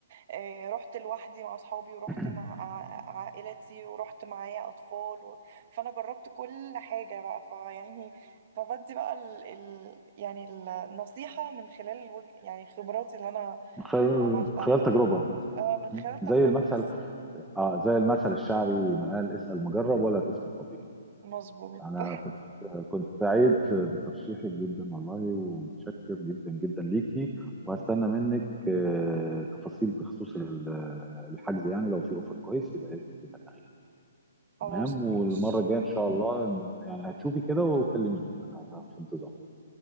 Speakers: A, on the right (about 35°); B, in the centre.
A: آه، رحت لوحدي مع أصحابي ورحت
B: <clears throat>
A: مع ع- عائلتي ورحت معايا أطفال و... فأنا جربت كل حاجة بقى فيعني فبدي بقى ال... ال... يعني النصيحة من خلال الوج... يعني خبراتي اللي أنا
B: من خلال
A: عملتها
B: من خلال تجربه م.
A: اه من خلال
B: زي
A: تجربة
B: المثل
A: بالظبط
B: اه زي المثل الشعبي ما قال اسال مجرب ولا تسال طبيب
A: مظبوط
B: انا
A: <laughs>
B: كنت كنت سعيد بترشيحك جدا والله ومتشكر جدا جدا ليكي وهستنى منك آه، تفاصيل بخصوص ال- الحجز يعني لو في اوفر كويس يبقى يبقى
A: خلاص
B: تمام
A: ماشي
B: والمره الجايه ان شاء الله يعني هتشوفي كده وكلميني انا في انتظار